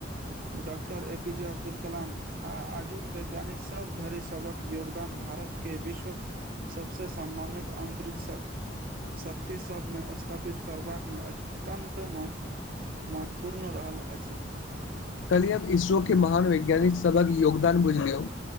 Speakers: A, on the right (about 50°); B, on the left (about 80°).
A: Doctor A P J Abdul Kalam आ आजुग वैज्ञानिक सभ धरि सभक योगदान। भारत के विश्वक सबसे सम्मानित अन्तरिक्ष। शक्ति सबमें स्थापित करबाकमें अत्यन्त महत्वपू। महत्वपूर्ण रहल अछि।
B: कल्हि हम इसरो के महान वैज्ञानिक सभहक योगदान बुझलियो।